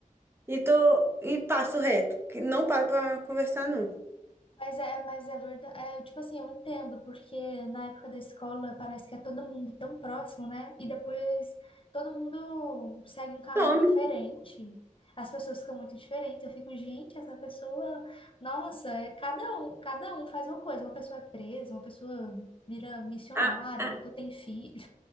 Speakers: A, on the right; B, on the left.
A: e tô, e passo reto. que Não paro pra conversar, não.
B: Mas é, mas é verdade. É, tipo assim, eu entendo, porque na época da escola parece que é todo mundo tão próximo, né? E depois todo mundo segue um caminho
A: Some.
B: diferente. As pessoas ficam muito diferentes. Eu fico, gente, essa pessoa, nossa, é cada um, cada um faz uma coisa. Uma pessoa é presa, uma pessoa vira missionário,
A: Ah, ah,
B: outra tem filho.